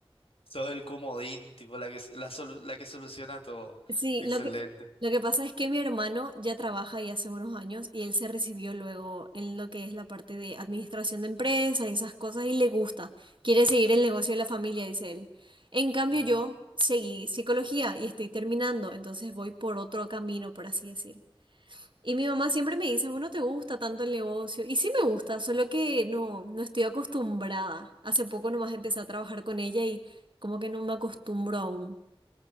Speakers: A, on the left; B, on the right.
A: Sos el comodín, tipo la que, s- la, solu- la que soluciona todo.
B: Sí,
A: Excelente.
B: lo que, lo que pasa es que mi hermano ya trabaja y hace unos años y él se recibió luego en lo que es la parte de administración de empresa y esas cosas y le gusta. Quiere seguir el negocio de la familia, dice él. En cambio,
A: Ujú.
B: yo seguí psicología y estoy terminando, entonces voy por otro camino, por así decir. Y mi mamá siempre me dice, bueno, ¿te gusta tanto el negocio? Y sí me gusta, solo que no, no estoy acostumbrada. Hace poco nomás empecé a trabajar con ella y como que no me acostumbro aún.